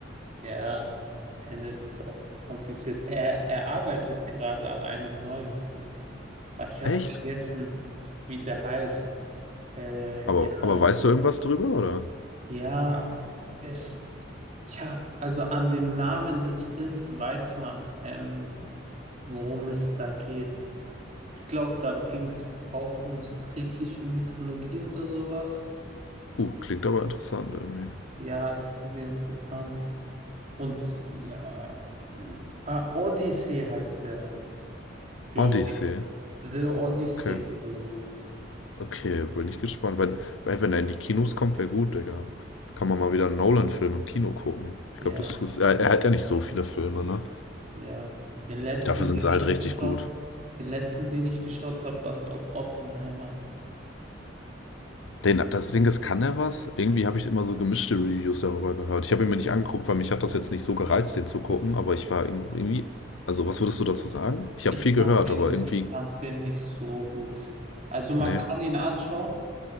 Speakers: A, on the right; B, on the left.
A: ja, Tenet ist auch kompliziert. Er, er arbeitet gerade an einem neuen Film. Ah, Ich habe
B: Echt?
A: vergessen, wie der heißt. Äh,
B: Aber,
A: ja,
B: aber weißt du irgendwas drüber, oder?
A: ja, es, ja, also an dem Namen des Films weiß man, ähm, worum es da geht. Ich glaube, da ging es auch um so griechische Mythologie oder sowas.
B: Uh, klingt aber interessant irgendwie.
A: Ja, es klingt interessant. Und ja, ah, Odyssey heißt der, glaube
B: Odyssey.
A: ich. The Odyssey
B: Okay.
A: oder so.
B: Okay, bin ich gespannt. Wenn, wenn wenn er in die Kinos kommt, wäre gut, Digga. Kann man mal wieder einen Nolan-Film im Kino gucken. Ich
A: Ja,
B: glaube, das ist. Er, er hat ja nicht so viele Filme, ne?
A: ja. Den letzten,
B: Dafür sind
A: den
B: sie
A: ich
B: halt richtig
A: geschaut,
B: gut.
A: den letzten, den ich geschaut habe, war, glaube ich, Oppenheimer.
B: Den, das Ding ist, kann er was? Irgendwie habe ich immer so gemischte Reviews darüber gehört. Ich habe ihn mir nicht angeguckt, weil mich hat das jetzt nicht so gereizt, den zu gucken, aber ich war irg- irgendwie. Also, was würdest du dazu sagen? Ich
A: Ich
B: habe viel
A: fand
B: gehört,
A: den,
B: aber irgendwie.
A: ich fand den nicht so gut. Also man
B: Nee.
A: kann ihn anschauen.